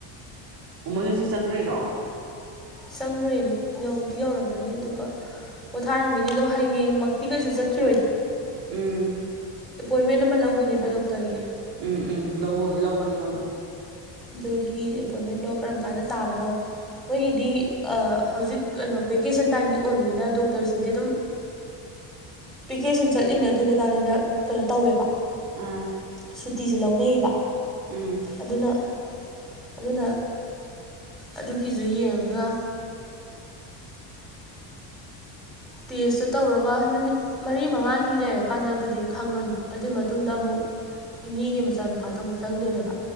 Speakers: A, on the right (about 50°); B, in the centre.
A: ꯑꯣ ꯃꯣꯏ ꯉꯁꯤ ꯆꯪꯗ꯭ꯔꯤꯔꯣ
B: ꯆꯪꯈ꯭ꯔꯦꯅꯦ ꯌꯧꯗꯤ ꯌꯧꯔꯝꯃꯅꯤ ꯑꯗꯨꯒ ꯄꯣꯊꯥꯔꯝꯒꯅꯤ ꯑꯗꯣ ꯍꯌꯦꯡꯃꯛꯇꯤ ꯀꯩꯁꯨ ꯆꯠꯈꯤ
A: ꯎꯝ
B: ꯑꯦꯄꯣꯏꯟꯃꯦꯟ ꯑꯃ ꯂꯧꯈꯤꯅꯦꯕ ꯗꯣꯛꯇꯔꯒꯤ
A: ꯎꯝ ꯎꯝ ꯂꯧ ꯂꯧꯕꯅꯤ ꯂꯧꯕꯅꯤ
B: ꯑꯗꯨꯒꯤ ꯑꯦꯄꯣꯏꯟꯃꯦꯟꯗꯣ ꯀꯔꯝ ꯀꯥꯟꯗ ꯇꯥꯕꯅꯣ ꯃꯣꯏꯒꯤꯗꯤ ꯍꯧꯖꯤꯛ ꯀꯩꯅꯣ ꯚꯦꯀꯦꯁꯟ ꯇꯥꯏꯃꯤꯡ ꯑꯣꯏꯕꯅꯤꯅ ꯗꯣꯛꯇꯔꯁꯤꯡꯁꯦ ꯑꯗꯨꯝ ꯚꯤꯦꯀꯦꯁꯟ ꯆꯠꯂꯤꯅꯦ ꯑꯗꯨ ꯅꯗꯥꯅꯤꯅ ꯀꯩꯅꯣ ꯇꯧꯋꯦꯕ
A: ꯑꯥ
B: ꯁꯨꯇꯤꯁꯦ ꯂꯧꯅꯩꯌꯦꯕ
A: ꯎꯝ
B: ꯑꯗꯨꯅ ꯑꯗꯨꯅ ꯑꯗꯨꯒꯤꯁꯨ ꯌꯦꯡꯉꯒ ꯇꯦꯁꯇꯨ ꯇꯧꯔꯒ ꯅꯨꯃꯤꯠ ꯃꯔꯤ ꯃꯉꯥꯅꯤ ꯂꯩꯔꯀꯥꯟꯗꯕꯨꯗꯤ ꯈꯪꯉꯅꯤ ꯑꯗꯨꯒꯤ ꯃꯇꯨꯡꯗ ꯑꯃꯨꯛ ꯏꯅꯦꯒꯤ ꯃꯆꯥꯅꯨꯄꯥꯗꯣ ꯑꯃꯨꯛ ꯆꯪꯗꯣꯏꯅꯦꯕ